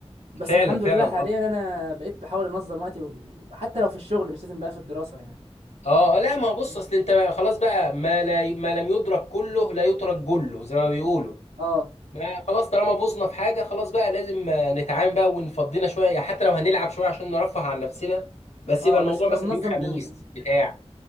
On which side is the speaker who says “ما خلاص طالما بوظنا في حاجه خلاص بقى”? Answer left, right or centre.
Left